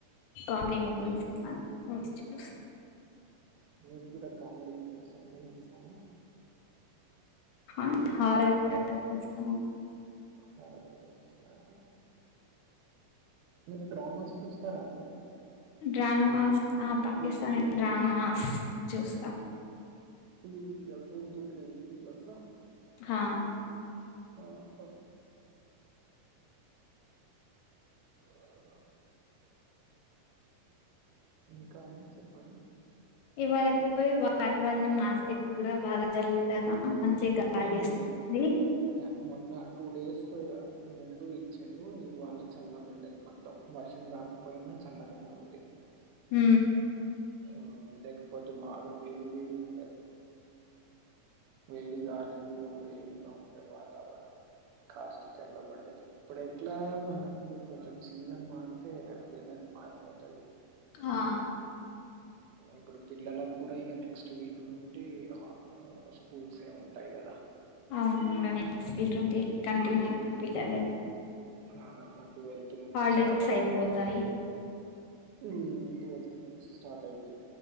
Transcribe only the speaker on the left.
కామెడీ మూవీస్ అన్ని మూవీస్ చుస్
హా హారర్ కూడా చూస్తాను
డ్రామాసా ఆ పాకిస్తానీ
డ్రామాస్ చూస్తాం
హా
ఇవాళ అయితే పోయి వాతావరణం మా సైడ్ కూడా బాగా చల్లగా మంచి గాలి
వేస్తుంది
ఊ
ఆ
అవును ఇంగ నెక్స్ట్ వీక్ నుండి కంటిన్యూ అయిపోయి పిల్లలకి
హాలిడేస్
అయిపోతాయి